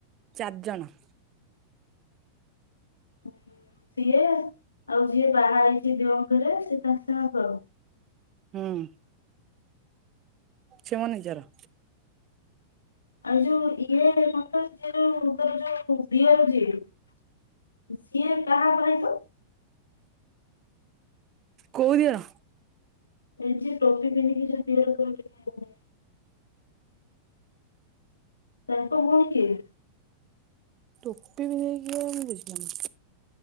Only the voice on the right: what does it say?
ଚାରି ଜଣ।
ହୁଁ ସେମୋ ନିଜର।
କୋଉ ଦିଅର
ଟୋପି ପିନ୍ଧିକି କିଏ ମୁଁ ବୁଝିପାରୁନି।